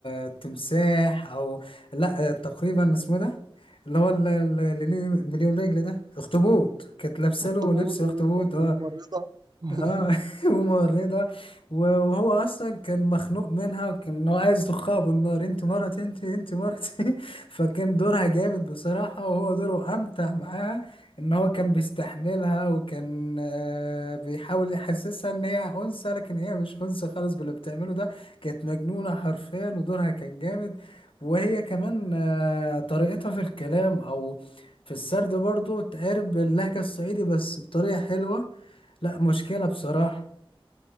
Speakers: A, on the left (about 65°); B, on the right (about 45°).
A: آه، تمساح او لا آه، تقريبا اسمه ده اللي هو ال- ال- اللي ليه مليون رجل ده اخطبوط كانت لابسه
B: اخطبوط
A: له لبس اخطبوط
B: وطق
A: اه
B: الممرضه <laughs>
A: اه <laughs> ومورده و- وهو اصلا كان مخنوق منها وكان هو عايز يخها بالنار انت مرتي انت انت مرتي <laughs> فكان دورها جامد بصراحه وهو دوره امتع معاها ان هو كان بيستحملها وكان آه، بيحاول يحسسها ان هي انثى لكن هي مش انثى خالص باللي بتعمله ده كانت مجنونه حرفيا ودورها كان جامد وهي كمان آه، طريقتها في الكلام او في السرد برضو تقارب اللهجه الصعيدي بس بطريقه حلوه لا مشكلة بصراحة